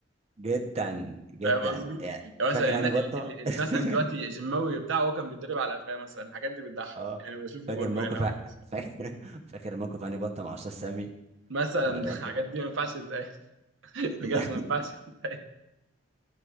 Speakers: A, on the right (about 30°); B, on the right (about 65°).
A: جدا جدا
B: فاهم قصدي؟
A: يعني
B: يعني مثلا
A: فاكر
B: النا-
A: هاني بطه
B: ال- ال- اللي
A: <laughs>
B: مثلا دلوقتي جيماوي بتاعه هو كان بيتدرب على قفاه مثلا الحاجات دي بتضحك
A: اه
B: يعني بشوفه
A: فاكر
B: بقول
A: موقف
B: له يا عم ماشي.
A: فاكر فاكر موقف هاني بطه مع استاذ سامي
B: مثلا
A: في المدرسه
B: <laughs> الحاجات دي ما ينفعش تتقال <laughs>
A: <laughs> لا
B: بجد ما ينفعش تتقال